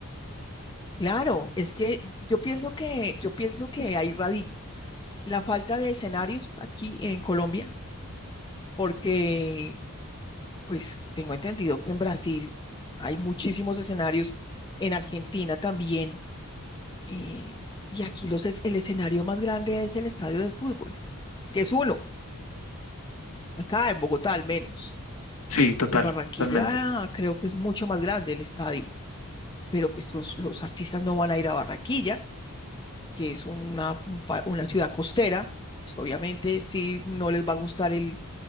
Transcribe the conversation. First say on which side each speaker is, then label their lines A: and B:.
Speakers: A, on the left; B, on the left.
A: Claro, es que yo pienso que, yo pienso que ahí radica la falta de escenarios aquí en Colombia, porque pues tengo entendido que en Brasil hay muchísimos escenarios, en Argentina también, eh, y aquí los es- el escenario más grande es el estadio de fútbol, que es uno, acá en Bogotá al menos,
B: Sí, total,
A: porque en Barranquilla
B: totalmente.
A: creo que es mucho más grande el estadio, pero pues los, los artistas no van a ir a Barranquilla que es una, un pa- una ciudad costera, pues, obviamente sí no les va a gustar el,